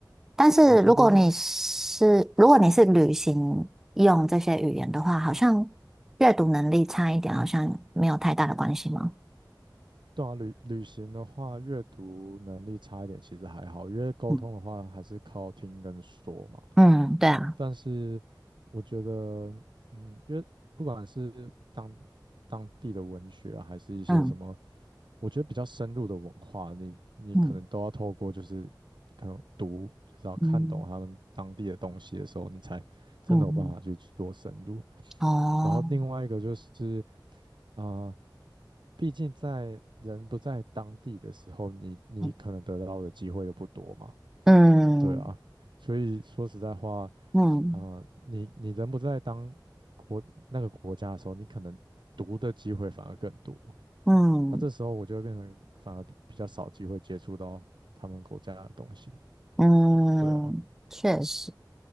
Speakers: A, in the centre; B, on the right.
A: 但是如果你是如果你是旅行用这些语言的话，
B: 我觉得阅
A: 好像阅读能力差一点，好像没有太大的关系吗？
B: 对啊，旅旅行的话，阅读能力差一点其实还好，因为沟通的话还是靠听跟说嘛。
A: 嗯嗯，对啊，
B: 但是我觉得，嗯，因为不管是当当地的文学啊还是一些什么
A: 嗯
B: 我觉得比较深入的文化，你你可能都要透过就是可能读，
A: 嗯
B: 就是要看懂他们当地的东西的时候，
A: 嗯
B: 你才真的有办法去做深入。
A: 嗯嗯，嗯哦，
B: 然后另外一个就是，啊，毕竟在人不在当地的时候，你你可能得到的机会就不多嘛，
A: 嗯嗯
B: 对啊。所以说实在话，
A: 嗯。
B: 啊，你你人不在当国那个国家的时候，你可能读的机会反而更多。
A: 嗯
B: 那这时候我就会变成反而比较少机会接触到他们国家的东西。
A: 嗯，
B: 对啊，
A: 确实，